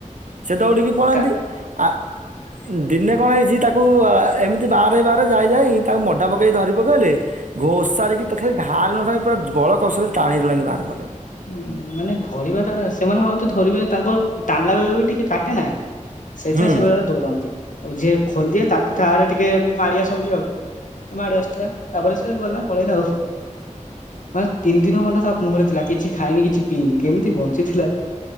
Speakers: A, on the right; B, on the left.
A: ସେ ଦୌଡିକି ପଳାନ୍ତି।
B: କା
A: ଆ ଦିନେ କଣ ହେଇଚି ତାକୁ ଏମିତି ବା ବାହାରେ ଯାଇ ଯାଇ ତାକୁ ମଡା ପକେଇକି ଧରି ପକେଇଲେ ଘୋଷାରିକି ତଥାପି ଭାଆରି ନ ଥାଏ। ପୁରା ବଳ କସରେ ଟାଣି ଟୁଣାକି ବାହାର କଲେ।
B: ଉଁ ମାନେ ଧରିବା ଟା ସେମାନେ ଭାବୁଥିବେ ଧରିବେ ତାଙ୍କ ଟାଣିଲା ବେଳେ ବେଳେ ବି ଟିକେ କାଟେ ନା। ସେଇଥିପାଇଁ
A: ହୁଁ
B: ସେ ବେଳେ ବେଳେ ଦୌଉଦନ୍ତି ଆଉ ଯିଏ ଖୋଲିଦିଏ ତାକୁ ତା ଆଡେ ଟିକେ ବି ମାାଡି ଆସନ୍ତି ଆଉ। ମାଡୁ ଆସୁଥିବା ତା ପରେ ସେ ସେ ଗଲା ପଳେଇଲା ଆଉ ମାନେ ତିନି ଦିନ ଖଣ୍ଟେ ତା ମୁହଁରେ ଥିଲା କିଛି ଖାଇନି କିଛି ପିଇନି କେମିତି ବଞ୍ଚିଥିଲା।